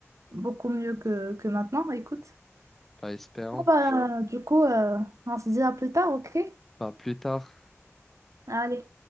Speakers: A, on the right; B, in the centre.
A: beaucoup mieux que, que maintenant. Écoute,
B: pas espérant,
A: bon, bah, du coup, euh, on se dit à plus tard, ok?
B: pas plus tard.
A: Allez.